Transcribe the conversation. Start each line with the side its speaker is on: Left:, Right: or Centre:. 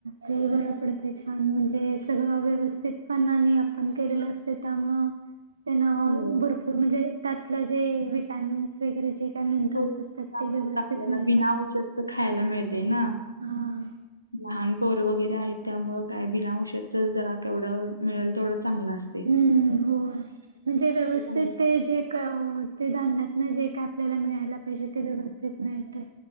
Right: ते बरं पडते छान म्हणजे सगळं व्यवस्थित पणाने आपण केलेलं असत. त्यामु त्या
Left: व्यवस्थित
Right: भरपूर म्हणजे त्यातलं जे विटमिन्स वगरे जे. का मिनरलस
Left: हो
Right: असतात ते व्यवस्थित
Left: आपल्याला
Right: मिळतात.
Left: बिना औषधच खायला मिते ना
Right: हा
Left: लान. कोर वगैरे आहेत त्यामुळ काय बिना औषधच जरा केवढं मिळेल तेवढं चांगलं असत.
Right: हम्म हो म्हणजे व्यवस्थित
Left: बाहेर
Right: ते जे. ते धान्यातन जे काय आपल्याला मिळायला पाहिजे ते व्यवस्थित मिळत आहे.